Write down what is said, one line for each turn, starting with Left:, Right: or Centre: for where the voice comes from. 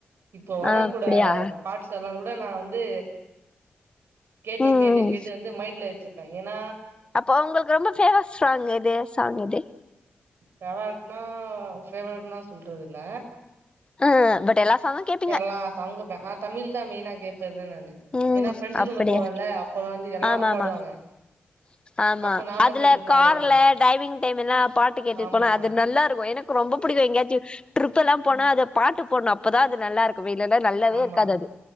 Right: இப்போ வரக்கூட
Left: அப்டியா
Right: பாட்ஸ் எல்லாங் கூ தா நா வந் து கேட்டு
Left: ம்
Right: கேட்டு கேட்டு ந்து மைண்ட்ல வச் ஏனா
Left: அப்போ உங்களுக்கு ரொம்ப ஃபேவரட் ஸ்ராங் எது சாங்கிது
Right: பேவரட்னா ஃபேவரட்னா சொல்றதுல்ல
Left: ஆ பட் எல்லா சாங்கு கேப்பீங்க
Right: எல்லா சாங்குப் ஏப் தமிழ் தா மெய்னா கேட்டர்து நானு
Left: ம்
Right: ஏன்னா ஃப்ரெண்ட்ஸு
Left: அப்படியா
Right: கூட போவேன்ல அப்பல்லா வந்து எல்லாரு
Left: ஆமாமா
Right: பாடுவாங்க
Left: ஆமா
Right: அப்ப நானு
Left: அதுல
Right: சேந்து
Left: கார்ல
Right: பாடுவே
Left: டைவிங் டைமெல்லா பாட்டு கேட்டுட்டு
Right: ஆமா
Left: போனா அது நல்லா இருக்கு எனக் கு ரொம்ப புடிக்கு எங்கயாச்சு ட்ருப்பெல்லா போனா
Right: ம்
Left: அத பாட்டு போட்னு அப்பதா அது நல்லாருக் பொவைலல நல்லாவே
Right: ஆமா
Left: இருக்காது அது